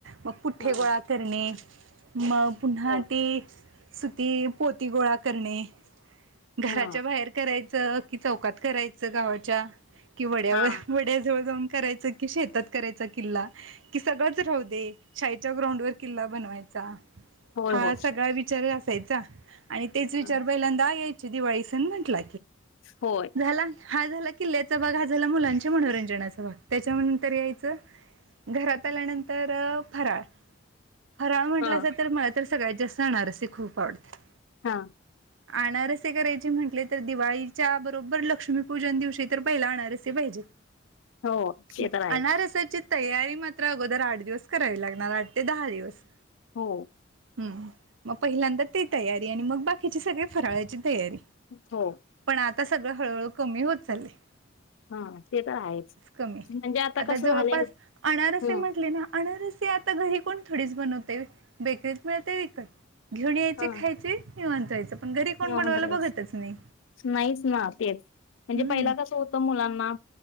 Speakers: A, on the right; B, on the left.
A: मग पुठ्ठे
B: हा
A: गोळा करणे मग पुन्हा
B: हो
A: ते, सुती पोती गोळा करणे घराच्या
B: हा.
A: बाहेर, करायचं की चौकात करायचं गावाच्या कि वड्यावर
B: हा
A: वड्या जवळ जाऊन, करायचं की शेतात करायचा किल्ला कि सगळंच राहू दे शाळेच्या ग्राउंड वर किल्ला बनवायचा
B: होय
A: हा
B: हो
A: सगळा विचार असायचा आणि तेच
B: हा,
A: विचार पहिल्यांदा यायचे दिवाळी सण म्हटला
B: होय.
A: झाला हा झाला किल्ल्याचा भाग हा झाला मुलांच्या मनोरंजनाचा भाग त्याच्यानंतर घरात आल्यानंतर फराळ फराळ म्हटलं
B: हा
A: अस तर तर सगळ्यात जास्त अनारसी खूप आवडते
B: हा-
A: अनारसे करायचे म्हटले तर दिवाळीच्या बरोबर लक्ष्मीपूजन दिवशी तर पहिला अनारसे पाहिजे
B: हो ते
A: म
B: तर आहेच
A: अनारसाची तयारी मात्र अगोदर आठ दिवस करावी लागणार आठ ते दहा दिवस
B: हो
A: हम् मग पहिल्यांदा ते तयारी आणि मग बाकीचे सगळे फराळची तयारी
B: हो.
A: पण आता सगळं हळूहळू कमी होत चालय-
B: हा ते तर आहेच,
A: कमी
B: म्हणजे
A: आता
B: कसं
A: जवळपास
B: झालंय
A: अनारस
B: हम्म
A: म्हण अनारसे आता घरी कोण थोडीच बनवते बेकरीत मिळते विकत घेऊन यायचे
B: हा
A: खायचे निवांंत व्हायचं. पण घरी कोण
B: निवांत
A: बनवायला
B: रहायचं
A: बघतच नाही
B: नाहीच ना तेच
A: हम्म.
B: म्हणजे पहिला कसं होतं मुलांना